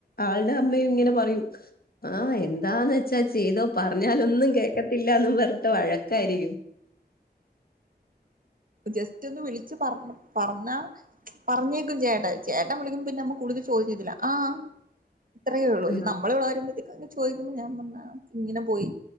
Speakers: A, on the left; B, on the right.
A: ആൾടെ അമ്മയും ഇങ്ങനെ പറയും ആഹ് എന്താന്ന് വെച്ചാ ചെയ്തോ പറഞ്ഞാലൊന്നും കേക്കത്തില്ലാന്ന്‌ പർഞ്ട്ട് വഴക്കായിരിക്കും
B: ജസ്റ്റൊന്ന് വിളിച്ച് പർ പർഞ്ഞ പറഞ്ഞയക്കും ചേട്ടൻ ചേട്ടൻ വിളിക്കുമ്പ പിന്നമ്മ കൂടുതല് ചോയ്ക്കത്തില്ല ആഹ് ഇത്രയേ ഉള്ളൂ
A: ആഹ്
B: ഒരു നമ്മളെ വടെ ആരും <unintelligible> ചോയ്ക്കുമ്പൊ ഞാൻ പർഞ്ഞു ആഹ് ഇങ്ങനെ പോയി